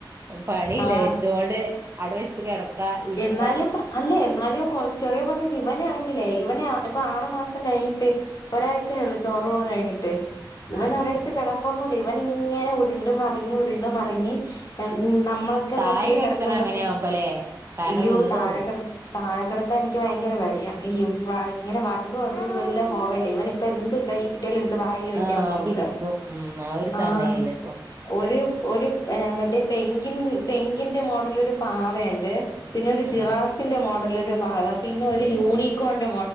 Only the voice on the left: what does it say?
ആഹ്
എന്നാലും അല്ല എന്നാലും കൊറച്ചെറിയ പണി ഇവന ആണെങ്കിലേ ഇവനെ ഇപ്പൊ ആറു മാസം കഴിഞ്ഞിട്ട് ഒരാഴ്ച ആയി ഉള്ളൂ ചോറൂണ് കഴിഞ്ഞിട്ട് ഇവന്
ഒരടുത്ത് കെട- പ്പൊന്നുല്ല ഇവനിങ്ങനെ ഉരുണ്ടു മറിഞ്ഞു ഉരുണ്ടു മറിഞ്ഞ് നമ്മ നമ്മളൊക്കെ
കട്ടില്
കിടക്കണ്ട
അയ്യോ
താഴെ
കിടത്ത് താഴെക്കെടത്തൻ എനിക്ക് ഭയങ്കര പേടിയ ഇങ്ങനെ വണ്ടും അതും ഇതെല്ലാം പോവേല്ലേ ഇവനി ഇപ്പ എന്ത് കൈ കിയാലും ഒരു ത് വായല് വെക്കാ
നോക്കാ
ആഹ്
ഒരു ഒരു മറ്റേ പെങ്കിൻ പെങ്കിന്റെ മോഡല് ഒരു പാവയുണ്ട് പിന്നെ ഒരു ജിറാഫിന്റെ
മോഡല് ഒരു പാവ പിന്നെ ഒരു യൂണികൊൺണ്ട